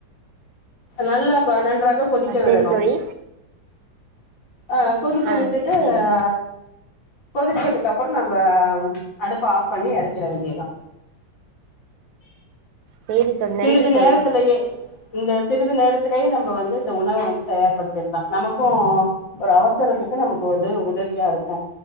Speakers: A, on the left (about 75°); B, on the right (about 80°).
A: நல்லா ப்ப நன்றாகப் கொதிக்க
B: ஆ
A: விடணு
B: சரி தோழி
A: ஆ கொதிக்க
B: ஆ
A: விட்டுட்டு
B: சரி
A: அ கொதிச்சதுக்குப்புறோ நம்ப அடுப்ப ஆஃப் பண்ணி இறக்கிட வேண்டியதா
B: சரி தோழி
A: சிறிது
B: நன்றி தோழி
A: நேரத்துலயே இந்த சிறிது நேரத்திலேயே நம்ம வந்து இந்த உணவ வந்து தயார்படுத்திகிடலா நமக்கு ஒரு அவசரத்துக்கு நமக்கு வந்து உதவியா இருக்கு